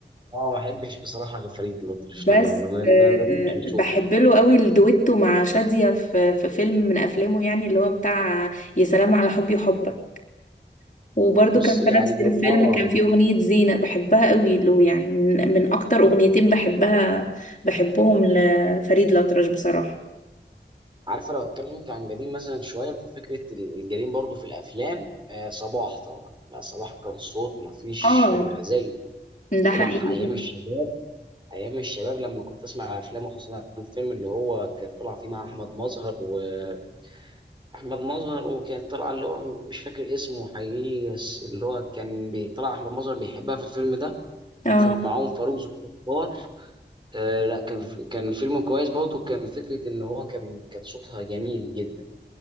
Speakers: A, on the right; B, on the left.
A: ما بحبش بصراحه غير فريد الأطرش
B: بس
A: لما
B: آه،
A: ما بموتش بصوت
B: بحب له قوي الدويتو مع شادية في في فيلم من افلامه يعني اللي هو بتاع يا سلام على حبي وحبك وبرده
A: بص
B: كان في
A: يعني
B: نفس
A: لو
B: الفيلم
A: اه
B: كان فيه أغنية زينة بحبها قوي له يعني من, من أكتر أغنيتين بحبها بحبهم لفريد الأطرش بصراحة
A: عارفه لو اتكلمت عن قديم مثلا شويه ففكره ال- القديم برضو في الافلام آه صباح طبعا لا صباح كان صوت ما فيش
B: اه
A: آه زيه
B: ده
A: صباح
B: حقيقي
A: ايام الشباب ايام الشباب لما كنت اسمع افلامه خصوصا الفيلم اللي هو كان طلع فيه مع احمد مظهر واحمد مظهر وكانت طالعه اللي هو مش فاكر اسمه حقيقي بس اللي هو كان بي- طلع احمد مظهر بيحبها في الفيلم ده
B: اه
A: وكان معاهم فاروق ذوالفقار آه لا كان كان فيلم كويس برضه كان فكره ان هو كان كان صوتها جميل جدا